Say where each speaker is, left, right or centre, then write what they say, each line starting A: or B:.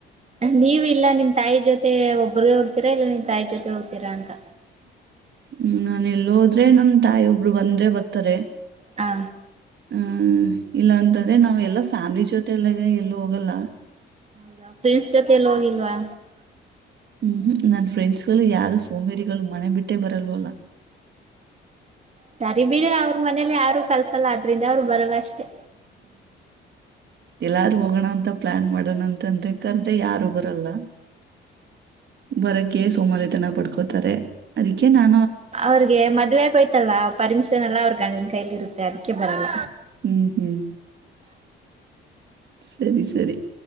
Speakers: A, on the right; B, on the right.
A: ನೀವ ಇಲ್ಲ ನಿಮ್ ತಾಯಿ ಜೊತೆ ಒಬ್ಬ್ರಗ ಹೋಗ್ತೀರಾ ಇಲ್ಲ ನಿಮ್ ತಾಯಿ ಜೊತೆ ಹೋಗ್ತೀರಾ ಅಂತ.
B: ಹ್ಮ್- ನಾನ ಎಲ್ಲಿದ್ರೆ ನಮ ತಾಯಿ ಒಬ್ರು ಬಂದ್ರೆ ಬರ್ತಾರೆ.
A: ಹಾ
B: ಹ್ಮ್- ಇಲ್ಲ ಅಂತಂದ್ರೆ ನಾವ ಎಲ್ಲ ಫ್ಯಾಮಿಲಿ ಜೊತೆ ಎಲ್ಲ ಎಲ್ಲೂ ಹೋಗಲ್ಲ.
A: ಹೌದಾ ಫ್ರೆಂಡ್ಸ್ ಜೊತೆ ಎಲ್ಲ ಹೋಗಿಲ್ವಾ.
B: ಹ್ಮ್- ನನ್ ಫ್ರೆಂಡ್ಸ್ ಗಳು ಯಾರು ಸೋಮೇರಿ. ಮನೆ ಬಿಟ್ಟೇ ಬರಲ್ವಲ್ಲ.
A: ಸರಿ ಬಿಡು ಅವ್ರ ಮನೇಲಿ ಯಾರು ಕಲ್ಸಲ್ಲ ಅದ್ರಿಂದ ಅವ್ರು ಬರಲ್ಲ ಅಷ್ಟೆ.
B: ಎಲ್ಲಾರೂ ಹೋಗೋಣ ಅಂತ ಪ್ಲಾನ್ ಮಾಡೋಣ ಅಂತಂದ್ರೆ ಕಲ್ ಯಾರು ಬರಲ್ಲ. ಬರಕ್ಕೆ ಸೋಮಾರ ತನ ಪಡ್ಕೋತಾರೆ ಅದಕ್ಕೆ ನಾ-
A: ಅವ್ರಿಗೆ ಮದ್ವೆ ಆಯ್ತಲ್ಲ ಪರ್ಮಿಷನ್ ಎಲ್ಲಾ ಅವ್ರ ಗಂಡನ್ ಕೈಲಿ ಇರುತ್ತೆ ಅದಕ್ಕೆ ಬರಲ್ಲ.
B: ಹ್ಮ್ ಹ್ಮ್ ಸರಿ ಸರಿ